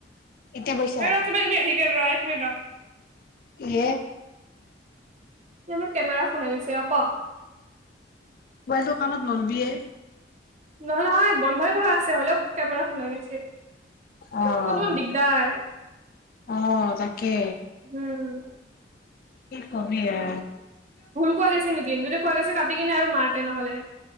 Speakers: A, on the left; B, on the right.
A: এতিয়া পাইছা
B: এ ৰ কিবা কিবি আহি যায় ৰয় নে তা
A: ইয়ে
B: সি মোৰ কেমেৰা ফুলাই গৈছে অ' ক।
A: মোবাইলটো কানত নলবিয়ে।
B: নহয় নহয় বন্ধই কৰা আছে হ'লেও কমেৰা খোলাই গৈছে
A: অ',
B: ফোন মোন দিগদাৰ।
A: অ', তাকে
B: উম
A: কি কবি এ
B: খোৱা গৈছে নেকি, যদি খোৱা গৈছে কাটি কিনে আৰু মাৰ তেনেহলে।